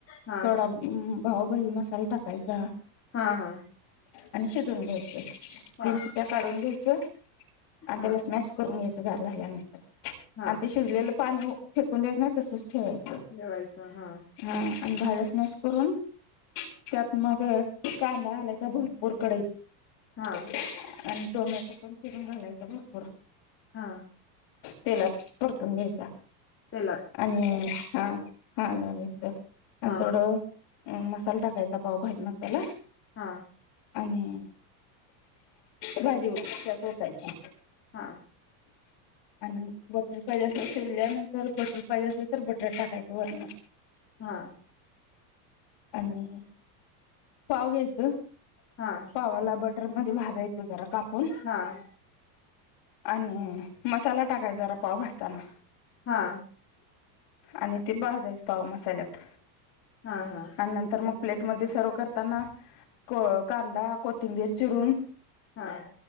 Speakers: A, on the left; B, on the left.
A: हा
B: थोडा भाऊभही मसाला टाकायचा.
A: हा हा.
B: आणि शिजून घ्यायचं.
A: हा
B: तीन सु्ट्या काढून घ्यायच. आणि
A: हा
B: त्याला स्मॅश करून घ्यायचं गार झाल्यानंतर
A: हा
B: आणि ते शिजलेलं पाणी फेकून द्याय नाही तसच ठेवायचं.
A: ठेवायच हा.
B: हा आणि भाजच मॅच करून त्यात मग कांदा घालायचा भरपूर कढईत,
A: हा
B: आणि टोमॅटो पण चिरून घालायचं भरपूर
A: हा.
B: त्याला परतून घ्यायचा.
A: ते लाग
B: आणि हा हा लालूच तर
A: हा
B: थोडं अ मसाला टाकायचा पाव भाजी मसाला
A: हा.
B: आणि भाजीच्या पोटयची
A: हा.
B: आणि बटर पाहिजे असेल तर शिरल्यानंतर बटर पाहिजे असले तर बटर टाकायचं वरण
A: हा.
B: आणि पाव घ्यायचं
A: हा
B: पावाला बटर, र मध्ये भाजायचं जरा कापून
A: हा हा
B: आणि मसाला टाकायचचा जरा पाव भासताना.
A: हा.
B: आणि ते भाजायच पाव मसाल्यात
A: हा
B: आणि नंतर मग. प्लेटमध्ये सर्व करताना कांदा कोथिंबीर चिरून
A: हा